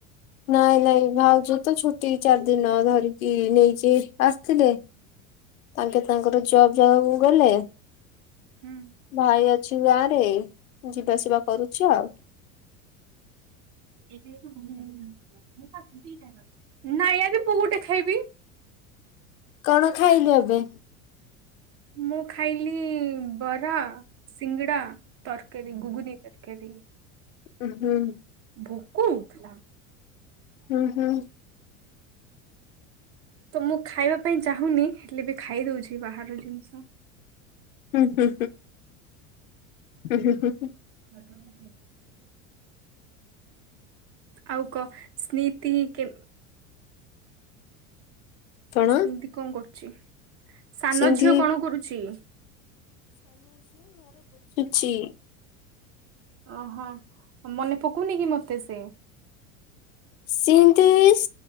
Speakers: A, on the left; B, on the right.
A: ନାଇଁ ନାଇଁ ଭାଉଜ ତ ଛୁଟି ଚାରି ଦିନ ଧରିକି ନେଇକି ଆସିଥିଲେ। ତାଙ୍କେ ତାଙ୍କର ଜବ ଜାଗା କୁ ଗଲେ।
B: ହୁଁ।
A: ଭାଇ ଅଛି ଗାଁରେ ଯିବାସିବା କରୁଛି ଆଉ।
B: <unintelligible> ନାଇଁ ଆାର ମୁଁ ଗୋଟେ ଖାଇବି।
A: କଣ ଖାଇଲୁ ଏବେ?
B: ମୁଁ ଖାଇଲି ବରା ସିଙ୍ଗଡ଼ା ତରକାରୀ ଗୁଗୁନି ତରକାରୀ।
A: ହୁଁ।
B: ଭୋକ ହୋଉ ଥିଲା।
A: ହୁଁ ହୁଁ।
B: ତ ମୁଁ ଖାଇବା ପାଇଁ ଚାହୁଁନି ହେଲେ ବି ଖାଇ ଦଉଛି ବାହାରର ଜିନିଷ।
A: ହୁଁ ହୁଁ ହୁଁ
B: <inaudible> ଆଉ କହ ସ୍ମୀତି କେ
A: କଣ
B: ସେମିତି କଣ କରୁଛି? ସାନ
A: ସିନ୍ଧି
B: ଝିଅ କଣ କରୁଛି?
A: ଛି
B: ଓହୋ ମନେ ପକଉନି କି ମତେ ସେ?
A: ସିନ୍ତିସ